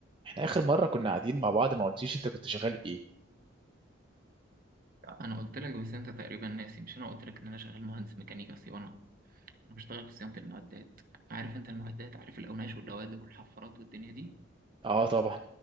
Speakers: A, on the right; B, on the right.
A: احنا اخر مره كنا قاعدين مع بعض ما قلتيش انت كنت شغال ايه
B: انا قلت لك بس انت تقريبا ناسي مش انا قلت لك ان انا شغال مهندس ميكانيكا صيانه انا بشتغل في صيانه المعدات عارف انت المعدات عارف الاوناش واللوادر والحفارات والدنيا دي
A: اه طبعا